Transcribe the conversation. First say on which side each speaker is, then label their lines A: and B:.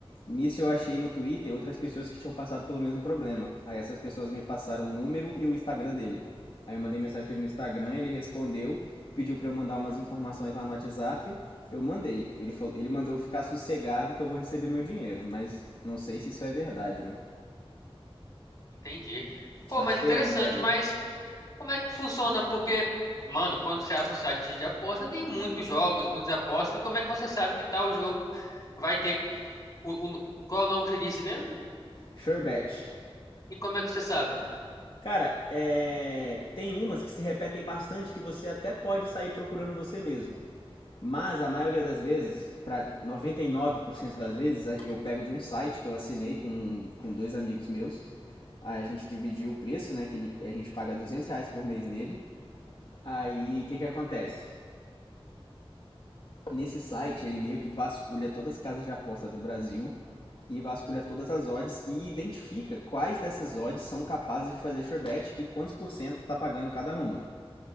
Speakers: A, on the left; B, on the left.
A: Nisso eu achei no Twitter outras pessoas que tinham passado pelo mesmo problema. Aí essas pessoas me passaram o número e o Instagram dele. Aí eu mandei mensagem pra ele no Instagram, ele respondeu, pediu pra eu mandar umas informações lá no WhatsApp. Eu mandei. Ele, falou, ele mandou eu ficar sossegado que eu vou receber meu dinheiro, mas não sei se isso é verdade, né?
B: Entendi.
A: Só
B: Pô,
A: esperando
B: mas interessante,
A: pra ver.
B: mas como é que funciona? Porque, mano, quando você abre o site de aposta, tem muitos jogos, muitas apostas. E como é que você sabe que tal jogo vai ter. O, o- no- qual é o nome que você disse mesmo?
A: Sherbet,
B: E como é que você sabe?
A: Cara, é... tem umas que se repetem bastante que você até pode sair procurando você mesmo. Mas a maioria das vezes, para cento das vezes, eu pego de um site que eu assinei com, com dois amigos meus. Aí a gente dividiu o preço, né? Que ele, a gente paga 200 reais por mês nele. Aí o que, que acontece? Nesse site ele meio que vasculha todas as casas de aposta do Brasil e vasculha todas as odds e identifica quais dessas odds são capazes de fazer sure bet e quantos por cento tá pagando cada uma.